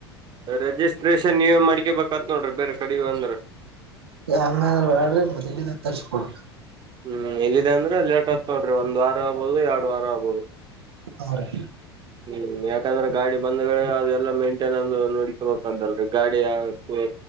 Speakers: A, on the right (about 35°); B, on the right (about 70°).
A: ರಜಿಸ್ಟ್ರೇಷನ್ ನೀವೇ ಮಾಡ್ಕಬೇಕತ್ ನೋಡ್ರಿ ಬೇರೆ ಕಡೆ ಅಂದ್ರೆ.
B: ಹಂಗಂದ್ರ ಬಡ್ರಿ ಮ್ ಇಡಿದ ತರ್ರಿಸಕೊಡ್ರಿ.
A: ಹ್ಮ್ ಇಲ್ಲಿದೆ ಅಂದ್ರೆ ಲೇಟ್ ಆಗ್ತ್ ನೋಡ್ರಿ ಒಂದ್ ವಾರ ಆಗ್ಬಹುದು ಎರಡು ವಾರ ಆಗ್ಬೋದು.
B: ಹಾ ರೆ.
A: ಹ್ಮ್ ಯಾಕಂದ್ರೆ ಗಾಡಿ ಬಂದ ವೇಳೆ ಅದೆಲ್ಲ ಮೇಂಟೈನ್ಸಸ್ ಒಂದು ನೋಡ್ಕೋಬೇಕಲ್ರಿ ಗಾಡಿಯ ಈ